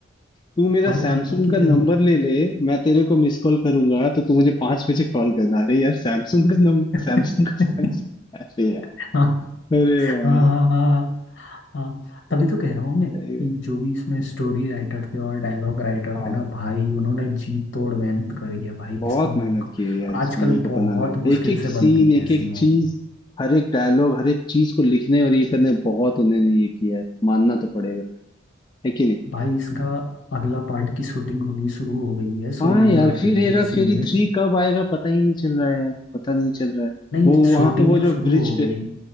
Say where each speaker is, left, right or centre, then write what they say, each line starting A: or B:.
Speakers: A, on the left (about 25°); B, on the left (about 65°).
A: तू मेरा
B: भाई
A: सैमसंग
B: मतलब कि
A: का
B: ये
A: नंबर ले ले मैं तेरे को मिस कॉल करूंगा तो तू मुझे पांच बजे कॉल करना अरे यार सैमसंग का नंबर सैमसंग
B: <laughs>
A: का सैमसंग अरे यार
B: हाँ
A: अरे भाई
B: हाँ हाँ हाँ हाँ तभी तो कह रहा हूँ मैं कि
A: सही है
B: जो भी इसमें स्टोरी राइटर थे और डायलॉग राइटर
A: हाँ
B: थे ना भाई उन्होंने जी तोड़ मेहनत करी है भाई
A: बहुत
B: इस मूवी
A: मेहनत
B: को
A: की है यार इस
B: आजकल
A: मूवी को
B: बहुत
A: बनाने में।
B: मुश्किल
A: एक एक
B: से
A: सीन
B: बनती है
A: एक
B: ऐसी
A: एक
B: मूवी
A: चीज हर एक डायलॉग हर एक चीज को लिखने और ये करने में बहुत उन्होंने ये किया है मानना तो पड़ेगा है कि नहीं
B: भाई इसका अगला पार्ट की शूटिंग होनी शुरू हो गई है सुनने
A: हाँ यार
B: में आ रही
A: फिर
B: थी
A: हेरा
B: ऐसी
A: फेरी
B: न्यूज़
A: थ्री कब आएगा पता ही नहीं चल रहा है यार पता नहीं चल रहा है
B: नहीं
A: वो
B: शूटिंग
A: वहां पे वो
B: तो
A: जो
B: शुरू
A: ब्रिज
B: हो
A: पे
B: गई